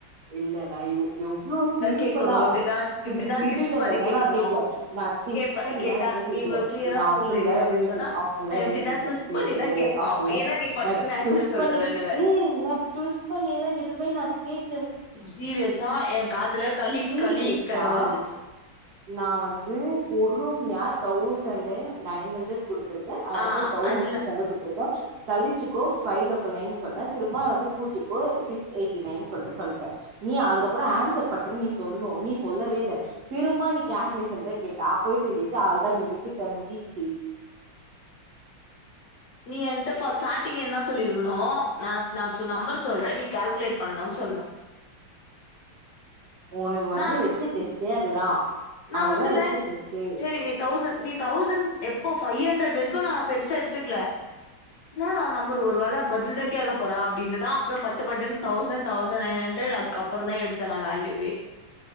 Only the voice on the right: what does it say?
இல்ல நா எவ் எவ்ளோ சிம்பிளா
சிறு
விடுகதல்லா
நா கேக்ல நா டிப்ஸ்
பண்ணில்லா
எதுமே கேக்கல
நா
அப்பிட்லா
எதுமே
கேக் அப் பிட்லா
எதுமே
கேக்ல
கேக்கவே
இல்ல
அப்டில்லா
எதுமே
நா
ட்டுவிஸ்
பண்ணி ஏய் நா ட்டுவிஸ் பண்ணிலா எதுமே நா கேக்
சீரியஸா
நா வந்து ஃபோர் ரூம் யார் தௌசண்ணு நைன் ஹண்ட்ரட் குடுத்துருக்கே அதுகப்றோ
தௌசண்ட்
சிக் ஹண்ட்ரட் குடுத்துருக்கே கழிச்சிக்கோ ஃபைவ் டபுள் நைன் சொன்னே திரும்ப அது கூட்டிக்கோ சிக்ஸ் எயிட்டி நைன் சொல்ட்டு சொல்லிட்டே நீ அதுக்கு அப்றோ ஆன்சர் பட்டுன்னு நீ சொல்னு நீ சொல்லவே இல்ல திரும்ப கேல்குலேஷன் தா கேட்டா அப்பவே தெரிசிச்சு அவ்ளோதா நீ விட்டுட்ட முஞ்சிச்சு
உனக்கு வந்து
வச்ச டெஸ்ட்டே அதுதா
அதுதா
வச்ச டெஸ்ட்டே